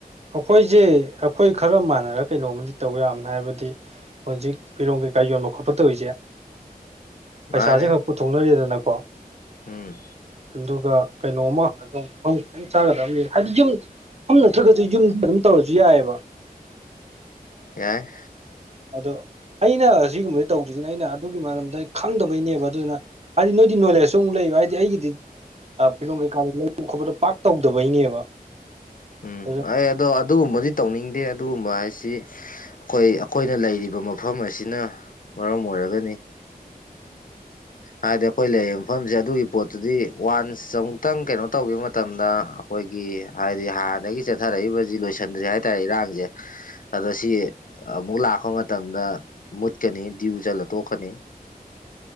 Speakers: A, on the right; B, on the left.
A: ꯑꯩꯈꯣꯏꯖꯦ ꯑꯩꯈꯣꯏ ꯈꯔ ꯃꯥꯟꯅꯔ ꯀꯩꯅꯣꯃꯗꯤ ꯇꯧ ꯌꯥꯕꯅ ꯍꯥꯏꯕꯗꯤ ꯍꯧꯖꯤꯛ ꯐꯤꯔꯣꯜ ꯀꯩꯀꯥ ꯌꯣꯟꯕ ꯈꯣꯠꯄ ꯇꯧꯔꯤꯁꯦ
B: ꯃꯥꯅꯦ
A: ꯄꯩꯁꯥꯁꯦ ꯈꯔ ꯄꯨꯊꯣꯛꯅꯔꯦꯗꯅꯀꯣ
B: ꯎꯝ
A: ꯑꯗꯨꯒ ꯀꯩꯅꯣ ꯑꯃ ꯃꯐꯝ ꯈꯤꯇꯪ ꯆꯥꯒꯗꯕ ꯍꯥꯏꯗꯤ ꯌꯨꯝ ꯃꯐꯝ ꯅꯠꯇ꯭ꯔꯒꯁꯨ ꯑꯗꯨ ꯌꯨꯝꯗ ꯑꯗꯨꯝ ꯇꯧꯔꯖꯨ ꯌꯥꯏꯑꯕ
B: ꯌꯥꯏ
A: ꯑꯗꯣ ꯑꯩꯅ ꯁꯤꯒꯨꯝꯕꯁꯤ ꯇꯧꯗ꯭ꯔꯤꯁꯤꯅ ꯑꯩꯅ ꯑꯗꯨꯒꯤ ꯃꯔꯝꯗ ꯑꯩ ꯈꯪꯗꯕꯩꯅꯦꯕ ꯑꯗꯨꯅ ꯍꯥꯢꯗꯤ ꯅꯣꯢꯗꯤ ꯅꯣꯂꯦꯖꯁꯨ ꯑꯃꯨꯛ ꯂꯩꯕ ꯍꯥꯢꯗꯤ ꯑꯩꯒꯤꯗꯤ ꯐꯤꯔꯣꯝ ꯀꯩꯀꯥꯗ ꯂꯩꯕ ꯈꯣꯠꯄꯗꯣ ꯄꯥꯛ ꯇꯧꯗꯕꯩꯅꯦꯕ
B: ꯎꯝ
A: ꯑꯗꯨ
B: ꯑꯩ ꯑꯗꯣ ꯑꯗꯨꯒꯨꯝꯕꯗꯤ ꯇꯧꯅꯤꯡꯗꯦ ꯑꯗꯨꯒꯨꯝꯕ ꯍꯥꯏꯁꯤ ꯑꯈꯣꯏ ꯑꯈꯣꯏꯅ ꯂꯩꯔꯤꯕ ꯃꯐꯝ ꯑꯁꯤꯅ ꯃꯔꯝ ꯑꯣꯏꯔꯒꯅꯤ ꯍꯥꯏꯗꯤ ꯑꯩꯈꯣꯏ ꯂꯩꯔꯤꯕ ꯃꯐꯝꯖꯦ ꯑꯗꯨꯒꯤ ꯄꯣꯠꯇꯨꯗꯤ ꯋꯥꯟꯁ ꯑꯃꯨꯛꯇꯪ ꯀꯩꯅꯣ ꯇꯧꯈꯤꯕ ꯃꯇꯝꯗ ꯑꯩꯈꯣꯏꯒꯤ ꯍꯥꯏꯗꯤ ꯍꯥꯟꯅꯗꯒꯤ ꯆꯠꯊꯔꯛꯏꯕꯖꯤ ꯂꯣꯏꯁꯟꯗ꯭ꯔꯤ ꯍꯥꯏꯇꯥꯔꯦ ꯏꯔꯥꯡꯖꯦ ꯑꯗ ꯁꯤ ꯑꯃꯨꯛ ꯂꯥꯛꯄ ꯃꯇꯝꯗ ꯃꯨꯠꯀꯅꯤ ꯗ꯭ꯌꯨ ꯆꯠꯂ ꯇꯣꯛꯀꯅꯤ